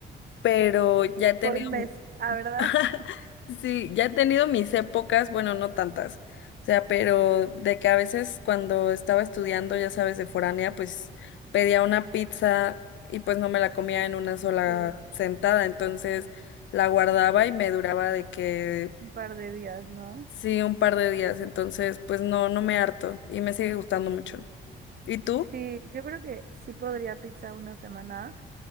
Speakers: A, on the left (about 70°); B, on the right (about 50°).
A: pero ya he tenido,
B: Por un mes, ah verdad?
A: <laughs>
B: <laughs>
A: sí, ya he tenido mis épocas, bueno, no tantas. O sea, pero de que a veces cuando estaba estudiando, ya sabes, de foránea, pues pedía una pizza y pues no me la comía en una sola
B: Sí,
A: sentada. Entonces la guardaba y me duraba de que
B: un par de días, ¿no?
A: Sí, un par de días, entonces pues no, no me harto y me sigue gustando mucho. ¿Y tú?
B: Sí, yo creo que sí podría pizza una semana.